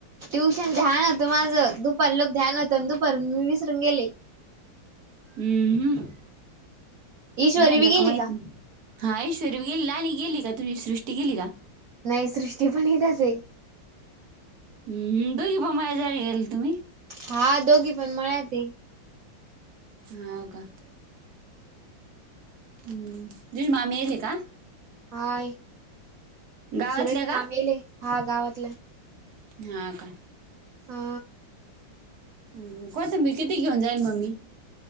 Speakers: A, on the right (about 85°); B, on the right (about 55°).
A: ट्युशन ध्यान होतं माझं दुपार लोक ध्यान होतं आणि दुपार मी विसरून गेले.
B: हम्म हम्,
A: ईश्वरी
B: मला
A: बी गेली
B: का माहित नाही. हा ऐश्वरय बी गेली, लाली गेली का? तुझी सृष्टी गेली का?
A: नाही सृष्टी पण हितच आहे.
B: ह् दोघी <unintelligible> जाय गेल तुम्ही.
A: हा दोघी पण मळ्यातय.
B: हाव का हम्म <unintelligible> माम्याल का?
A: हाय
B: गावातल्या
A: सुरत
B: का
A: मामेले हा गावातला.
B: हा का.
A: हा.
B: ह कोतंबीर किती घेऊन जाईल मम्मी?